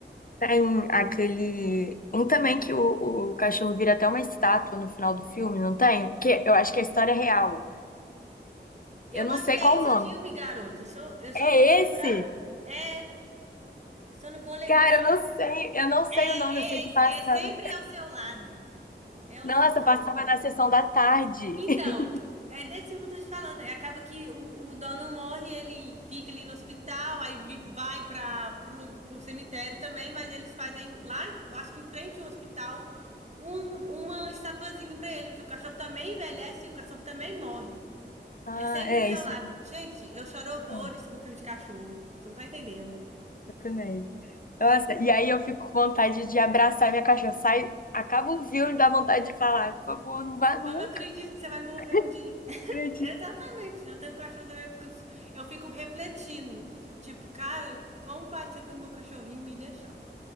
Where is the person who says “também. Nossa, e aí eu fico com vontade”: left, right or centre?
Left